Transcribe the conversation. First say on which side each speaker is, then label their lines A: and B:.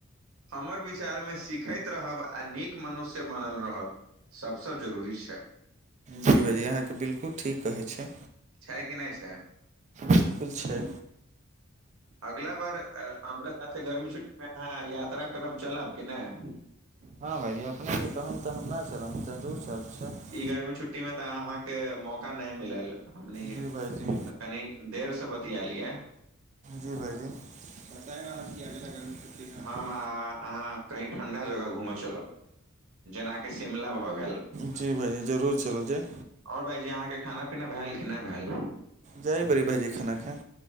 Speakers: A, on the right (about 70°); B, on the right (about 35°).
A: हमर विचारमे सीखैत रहब आ नीक मनुष्य बनल रहब सबसँ जरूरी छै
B: जी भैयजी अहाँकेँ बिल्कुल ठीक कहैत छै
A: छै कि नहि छै
B: बिलकुल छै
A: अगला बार हमरा साथे गर्मी छुट्टी अहाँ यात्रा करब, चलब कि नहि
B: हँ भायजी, अपने कहब तऽ हम नहि चलब, मुदा अपने कहब तऽ जरूर चलब छै
A: ई गर्मी छुट्टीमे तऽ अहाँके मौका नहि मिलल हमनी
B: जी भाइजी
A: कनि देर सँ बतियालियै
B: जी भायजी, बतायब ने कि अगिला गर्मी छुट्टीमे।
A: अहाँ कहू, ठंढा जगह घूमऽ चलब, जेना शिमला भऽ गेल
B: जी भायजी जरूर चलि जाय
A: ओ भायजी, अहाँके खाना-पीनाक भेल कि नहि भेल
B: जय बी भायजी, खाना खा